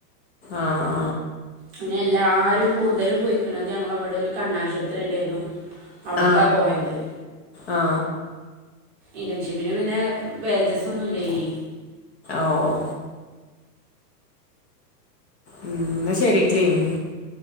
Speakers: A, on the left; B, on the right.
A: ആഹ്
B: പിന്നെ എല്ലാരും കൂടുതലും പൊയിക്കണത് ഞങ്ങള ഇവിടെ ഒരു കണ്ണാശുപത്രി ഉണ്ടായിരുന്നു അവ്ട്ക്കാ
A: ആ
B: പോയത്
A: ആ
B: ഇന്റേൺഷിപ്പിന് പിന്നെ വേജസ്സൊന്നുല്ലേനി
A: ഓഹ് ഉം ന്ന ശരീട്ടിലിം